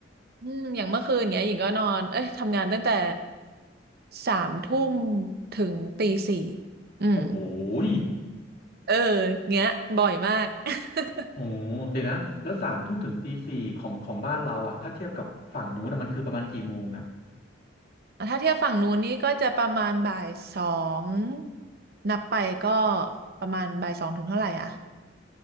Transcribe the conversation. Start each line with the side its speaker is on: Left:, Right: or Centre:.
Right: อืมอย่างเมื่อคืนเนี้ยหญิงก็นอนเอ้ยทำงานตั้งแต่สามทุ่มถึงตีสี่อืม
Left: โอ้โหย
Right: เออเงี้ยบ่อยมาก <laughs>
Left: โอ้เดี๋ยวนะแล้วสามทุ่มถึงตีสี่ของของบ้านเราอ่ะถ้าเทียบกับฝั่งนู้นนะมันคือประมาณกี่โมงอ่ะ
Right: ถ้าเทียบฝั่งนู้นนี่ก็จะประมาณบ่ายสองนับไปก็ประมาณบ่ายสองถึงเท่าไหร่อ่ะ